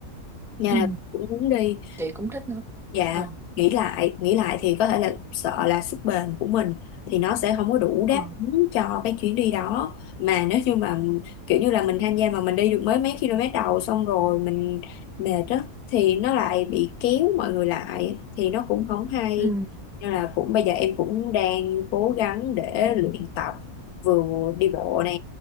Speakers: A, on the left; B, in the centre.
A: nên
B: ừ.
A: là cũng muốn đi
B: chị cũng thích nữa
A: Dạ,
B: ờ
A: nghĩ lại, nghĩ lại thì có thể là sợ là sức bền của mình thì nó sẽ không có đủ
B: Ờ.
A: đáp ứng cho cái chuyến đi đó. Mà nếu như mà kiểu như là mình tham gia mà mình đi được mới mấy km đầu xong rồi mình mệt á thì nó lại bị kéo mọi người lại thì nó cũng không hay.
B: Ừ.
A: Nên là cũng bây giờ em cũng đang cố gắng để luyện tập vừa đi bộ nè,